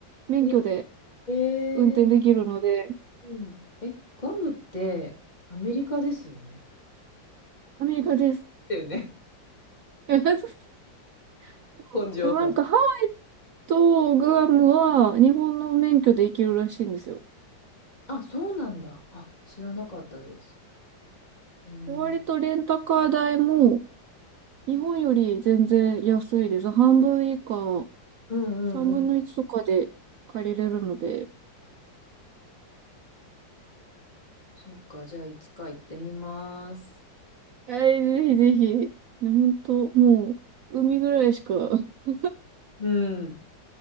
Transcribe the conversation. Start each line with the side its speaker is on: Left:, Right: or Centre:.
Right: 免許で
Left: え、えー
Right: 運転できるので、
Left: うん。え、グアムってアメリカですよね。
Right: アメリカです。
Left: だよね。
Right: <laughs> そうでもなんか、
Left: 本情報。
Right: ハワイとグアムは日本の免許で行けるらしいんですよ。
Left: あ、そうなんだ。あ、知らなかったです。えー、
Right: で、割とレンタカー代も日本より全然安いです。半分以下、
Left: うんうんうん。
Right: 3分の1とかで借りれるので、
Left: そっか、じゃあいつか行ってみます。
Right: えー、ぜひぜひ。ね当もう、海ぐらいしか <laughs>
Left: うん。